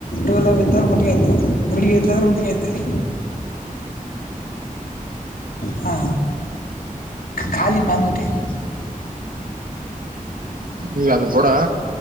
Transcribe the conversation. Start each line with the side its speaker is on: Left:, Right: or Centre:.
Left: ೋಲ <inaudible> ರ ಮಟ್ಟಿಗೆಯತೆ ಹಡುಗೆ ತಾರ ಮಟ್ಟಿಗೆಂತೆ <inaudible> ಹಾ ಕಾಲಿನ ಭಲ್ಮಟ್ಟಿ <inaudible>
Right: ಈಗ ಅದು ಬೂಡ